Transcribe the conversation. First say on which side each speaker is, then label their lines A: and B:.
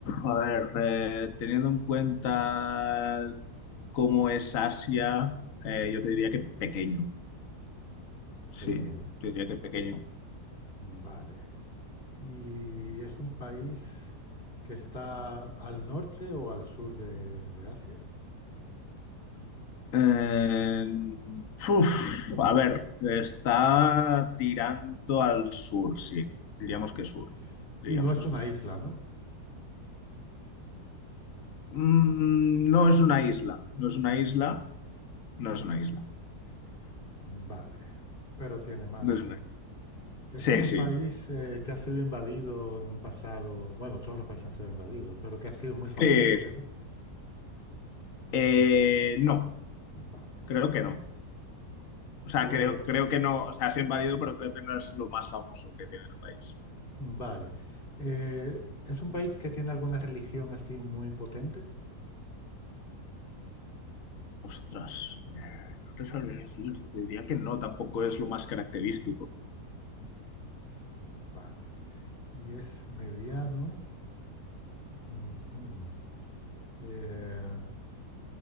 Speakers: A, on the left; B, on the left.
A: a ver, eh, teniendo en cuenta cómo es Asia, eh, yo te diría que pequeño. Sí,
B: Pequeño.
A: yo diría que pequeño.
B: Vale. ¿Y es un país que está al norte o al sur de, de Asia?
A: Eh, uf, a ver, está tirando al sur, sí. Diríamos
B: Vale.
A: que sur. Diríamos
B: Y no es
A: que sur.
B: una isla, ¿no?
A: Mm, no es una isla. No es una isla. No es una isla.
B: Vale. Pero tiene mar,
A: No
B: vale.
A: es una isla.
B: Es
A: Sí,
B: un
A: sí.
B: país eh, que ha sido invadido en un pasado, bueno, todos los países han sido invadidos, pero que ha sido muy
A: Sí.
B: famoso por eso. Mm,
A: Eh, no,
B: Vale.
A: creo que no. O sea,
B: Eh,
A: creo, creo que no, o sea, es invadido, pero creo que no es lo más famoso que tiene el país.
B: vale. Eh, ¿es un país que tiene alguna religión así muy potente?
A: Ostras, eh, no te sabría decir, te diría que no, tampoco es lo más característico.
B: Mm, Vale. Y es mediano. Ujú. Eh,